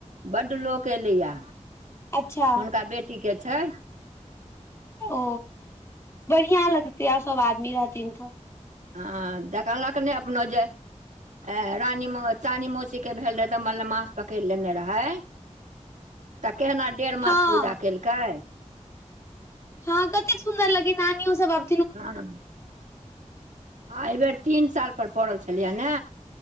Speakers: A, on the right (about 75°); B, on the left (about 20°).
A: बड लोक एलैया
B: छै अच्छा
A: हुनका बेटी ठीके छै
B: ओ बढ़िया लगते आब सब आदमी रहथिन तऽ
A: हँ देखलक नई अपनो जे ए रानी चानी मौसीके भेल रहै तऽ मलेमास पकड़ लेने रहे तऽ केना डेढ़ मास
B: हँ
A: पूजा केलकै
B: हँ कतेक सुंन्दर लगे नानियो सब आब
A: हँ आ एहि बेेर तीन साल पर पड़ल छलियै ने